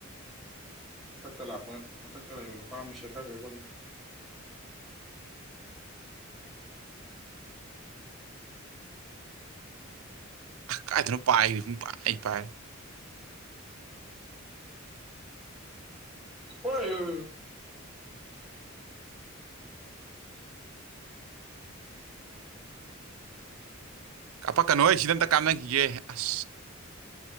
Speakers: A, in the centre; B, on the right.
A: ꯃꯊꯛꯇ ꯂꯥꯛꯄ ꯃꯊꯛꯇ ꯂꯩꯕ ꯅꯨꯄꯥ ꯑꯃ ꯁꯦꯠꯊꯈ꯭ꯔꯒ <unintelligible>
B: ꯀꯥꯏꯗꯅꯣ ꯄꯥꯏ ꯄꯥꯏ ꯄꯥꯏ
A: <unintelligible> ꯍꯣꯏ ꯎ ꯎ
B: ꯀꯄꯛ ꯀꯅꯣ ꯍꯣꯏ ꯁꯤꯗ ꯑꯝꯇ ꯀꯥꯞꯅꯈꯤꯒꯦ ꯑꯁ